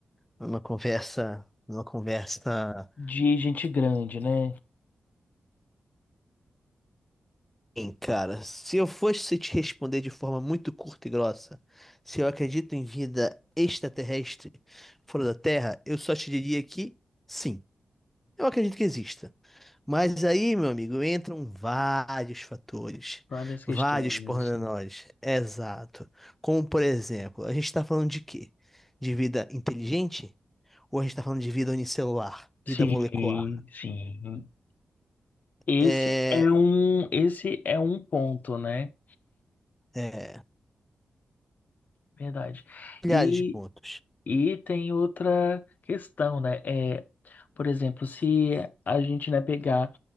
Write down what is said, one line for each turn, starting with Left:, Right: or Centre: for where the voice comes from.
Centre: numa conversa, numa conversa
Left: de gente grande, né?
Centre: Bem, cara, se eu fosse te responder de forma muito curta e grossa, se eu acredito em vida extraterrestre fora da Terra, eu só te diria que sim, eu acredito que exista. Mas aí, meu amigo, entram vários fatores,
Left: Várias questões.
Centre: vários pormenores. Exato. Como, por exemplo, a gente está falando de quê? De vida inteligente? Ou a gente está falando de vida unicelular,
Left: Sim,
Centre: vida molecular?
Left: sim. Esse
Centre: É,
Left: é um, esse é um ponto, né?
Centre: é,
Left: Verdade.
Centre: milhares
Left: E,
Centre: de pontos.
Left: e tem outra questão, né? É, por exemplo, se a gente, né, pegar